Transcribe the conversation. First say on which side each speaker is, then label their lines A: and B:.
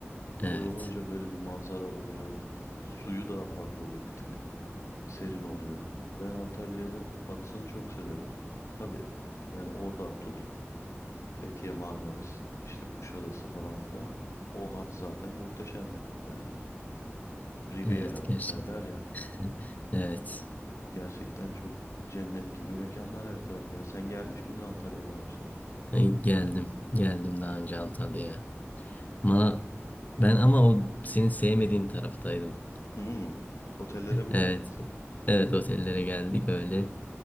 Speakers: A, on the left (about 35°); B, on the left (about 85°).
A: Evet.
B: Koy olunca böyle bir manzara oluyor. E, Suyu daha farklı oluyor bir tık. serin oluyor. Ben Antalya'nın batısını çok severim. Tabii yani oradan tut Fethiye, Marmaris, işte Kuşadası falan filan. O hat zaten muhteşem bir hat yani. Riviera
A: Evet gerçekten.
B: derler ya.
A: <laughs> Evet.
B: Gerçekten çok cennet gibi mekanlar her tarafı ya. Sen gelmiş miydin Antalya'ya daha önceden?
A: Ay, Geldim. Geldim daha önce Antalya'ya. Bana
B: Hı hı.
A: ben ama o senin sevmediğin taraftaydım.
B: Hmm. Otellere mi
A: Evet.
B: geldiniz?
A: Evet otellere geldik öyle.